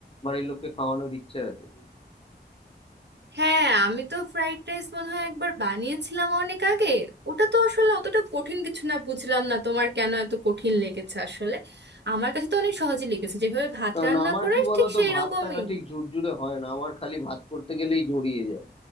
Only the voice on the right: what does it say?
হ্যাঁ আমি তো ফ্রাইড রাইস মনে হয় একবার বানিয়েছিলাম অনেক আগে ওটা তো আসলে অতটা কঠিন কিছু না বুঝলাম না তোমার কেন এত কঠিন লেগেছে আসলে আমার কাছে তো অনেক সহজে লেগেছে যেভাবে ভাত
রান্না
করে
ঠিক সেই
রকমই